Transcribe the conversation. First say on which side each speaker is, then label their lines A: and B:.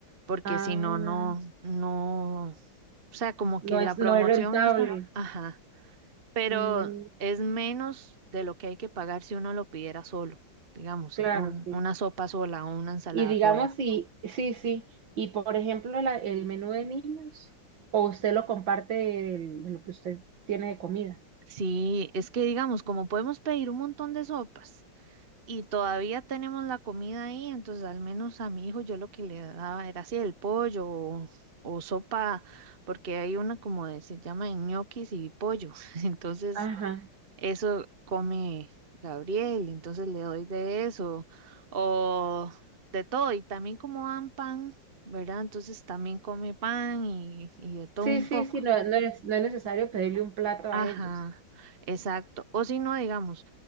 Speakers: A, on the right; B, on the right.
A: porque
B: ah,
A: si no, no, no, o sea, como
B: no
A: que
B: es,
A: la
B: no
A: promoción
B: es rentable.
A: esa, ajá, pero
B: Mm,
A: es menos de lo que hay que pagar si uno lo pidiera solo, digamos,
B: claro,
A: un-
B: sí.
A: una sopa sola o una ensalada
B: Y digamos,
A: sola.
B: si, sí, sí. Y por ejemplo, la- el menú de niños, o usted lo comparte de de lo que usted tiene de comida.
A: Sí, es que digamos, como podemos pedir un montón de sopas y todavía tenemos la comida ahí, entonces al menos a mi hijo yo lo que le daba era así el pollo o, o sopa, porque hay una como de, se llama ñoquis y pollo, <laughs> entonces
B: Ajá.
A: Eso come Gabriel, entonces le doy de eso, o de todo, y también como dan pan, ¿verdad? Entonces también come pan y, y de todo
B: Sí,
A: un
B: sí,
A: poco.
B: sí, no, no es, no es necesario pedirle un plato
A: Ajá,
B: a ellos.
A: exacto. O si no, digamos,